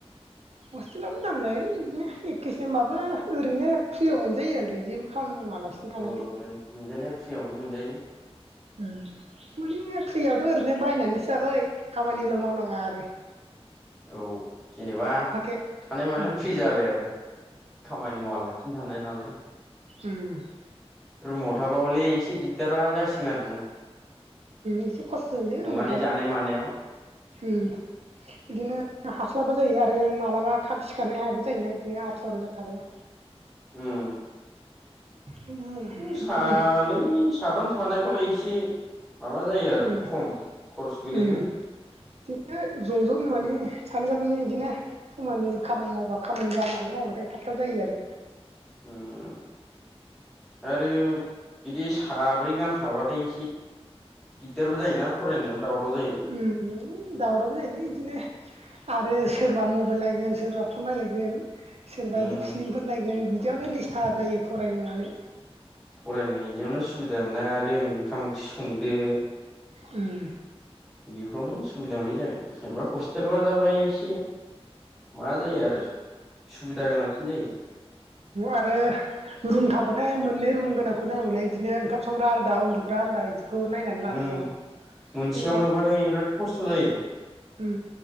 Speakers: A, on the right (about 75°); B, in the centre.
A: हस्टेलावबो दामलायोलै बिदिनो एखेसो होमबाबो ओरैनो फ्रियाव मोनजायो आरो जेबो खामानि मावालासिनो थानानै
B: ओ मोनजानाया फ्रियावनो मोनजायो
A: ओम माने फ्रियावथ' ओरैनो बायनानैसो जाबाय खामानिल' मावनाङा आरो <inaudible>
B: औ जेनेबा
A: हथे
B: थानाय मानायाव
A: उम
B: फ्रि जाबाय आरो खामानि मावालासिनो थानाय नालाय
A: ओम
B: रुमाव थाबा हले एसे दिग्दारा जासिगोन आरो जों
A: एसे खस्थ' जायोलै
B: संनानै
A: रुमाव थाबा
B: जानाय मानायाव
A: ओम बिदिनो हास्लाबा जायो आरो मालाबा थाब सिखारनो हायाबो जायोना बिदिनो आथुर जाथारो
B: ओम
A: उम
B: सानै
A: उम
B: साथाम थानायबालाय एसे माबा जायो आरो
A: उम
B: खम खरस
A: उम
B: गोलैगोन
A: बिदिनो ज' ज' माने सानै साथामनि बिदिनो समान खामानि मावबा खामानि राननानै मावबाथाय थाब थाब जायो आरो
B: ओम आरो बिदि साब्रै गाहाम थाबाथाय एसे दिगदारबो जायोना फरायनायाव दावराव जायो
A: ओम दावरावबो जायोलै बिदिनो आरो सोरबा मबाइल नायगोन सोरबा फन नायलायगोन सोरबा
B: उम
A: बिदि फिलिमफोर नायगोन बिदि बियावनो दिडिस्टाब जायो फरायनाय मानाय
B: फरायनाय बिदियावनो सुबिदा मोना आरो ओंखाम ओंख्रि संदो
A: उम
B: बेफोरावनो सुबिदा मोनै जागोन जेनेबा हस्टेला जाबाय एसे मा जायो आरो सुबिदा गोनांसिन जायो
A: आरो रुम थाबाथाय मोननै रुम गोनांखौ जानांगौलै बिदिनो ओंखाम संग्रा आलादा उन्दुग्रा आलदा इदि बेखौ नायनानै लानांगौ
B: उम मोनसेयावनोबाथाय
A: बे
B: बिराद खस्थ' जायो
A: उम